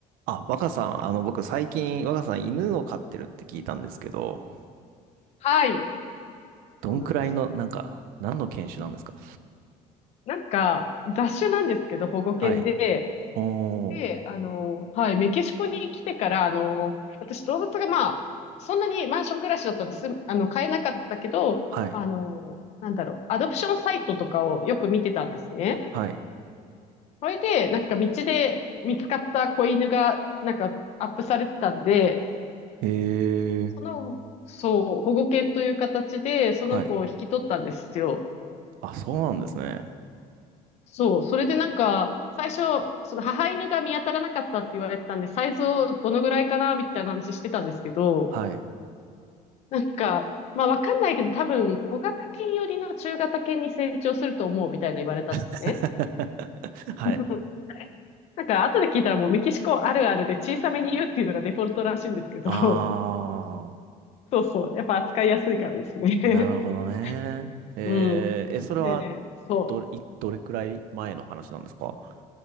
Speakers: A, on the right; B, on the left.
A: あ、若さん、あの、僕最近、若さん犬を飼ってるって聞いたんですけど、
B: はい。
A: どんくらいの、
B: そうなんです。
A: なんか、何の犬種なんですか
B: なんか、雑種なんですけど、保護犬で、
A: はい。おー、
B: で、あの、はい、メキシコに来てから、あの、私、動物がまあ、そんなにマンション暮らしだったんです、あの、買えなかったけど、
A: はい、
B: あの、なんだろう、アドプションサイトとかをよく見てたんですね。
A: はい。
B: それで、なんか道で見つかった子犬が、なんかアップされてたんで、
A: えー、
B: その、そう、保護犬という形で、その子を引き取ったんですよ。
A: はい。あ、そうなんですね。
B: そう、それでなんか、最初、その母犬が見当たらなかったって言われてたんで、サイズをどのぐらいかな、みたいな話してたんですけど、
A: はい。
B: なんか、まあわかんないけど、多分小型犬よりの中型犬に成長すると思うみたいな言われたんですね。
A: <laughs> はい。
B: <laughs> なんか後で聞いたらもうメキシコあるあるで小さめに言うっていうのがデフォルトらしいんですけど、
A: あ
B: <laughs> そうそう、やっぱ扱いやすいからですね。
A: ー、なるほどね。
B: <laughs>
A: えー、
B: うん。
A: え、それは、
B: ねえ、そう。
A: どれ、いどれくらい前の話なんですか